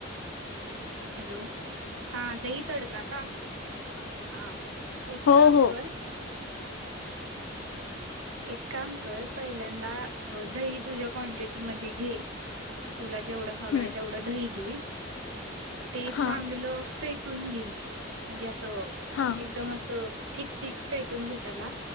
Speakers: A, on the right; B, on the left.
A: हॅलो हा दही तडका का हा एक
B: हो
A: काम
B: हो
A: कर. एक काम कर पहिल्यांदा दही तुझ्या क्ांटिटीमध्ये घे तुला जेवढा हवा
B: हम्म
A: आहे तेवढं दही घे ते
B: हा
A: चांगलं फेटून घे. म्हणजे अस.
B: हा
A: एकदम असं. ठीक क फेटून घेला